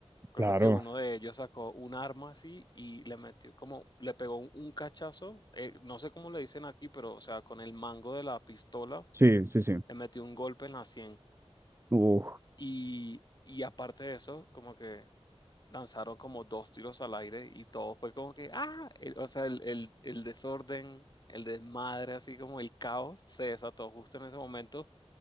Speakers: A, on the left; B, on the right.
A: Recuerdo
B: Claro,
A: que uno de ellos sacó un arma así y le metió como, le pegó un, un cachazo, eh, no sé cómo le dicen aquí, pero o sea, con el mango de la pistola
B: sí, sí, sí.
A: le metió un golpe en la sien.
B: Uf,
A: Y, y aparte de eso, como que lanzaron como dos tiros al aire y todo fue como que, ah, El- o sea, el, el, el desorden, el desmadre, así como el caos se desató justo en ese momento.